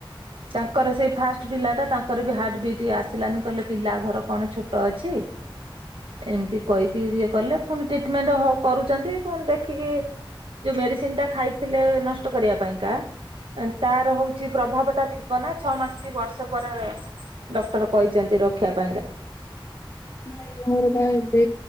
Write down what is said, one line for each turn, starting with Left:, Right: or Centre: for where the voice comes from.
Right: ତାଙ୍କର ସେଇ ଫାଷ୍ଟ ପିଲାଟା ତାଙ୍କର ବି ହାର୍ଟ ବିଟ ଆସିଲାନି କହିଲେ ପିଲା ଘର କଣ ଛୋଟ ଅଛି। ଏମିତି କହିକି ଇଏ କଲେ ପୁଣି ଟ୍ରିଟମେଣ୍ଟ ହ କରୁଛନ୍ତି ପୁଣି ଦେଖିକି ଯୋଉ ମେଡିସିନ ଟା ଖାଇଥିଲେ ନଷ୍ଟ କରିବା ପାଇଁକାା ତାର ହଉଛି ପ୍ରଭାବ ଟା ଥିବ ନା ଛଅ ମାସ କି ବର୍ଷ ପରେ ଡକ୍ଟର କହିଛନ୍ତି ରଖିବା ପାଇଁକା।
Left: ନାଇଁ ମୋର ବା ଏବେ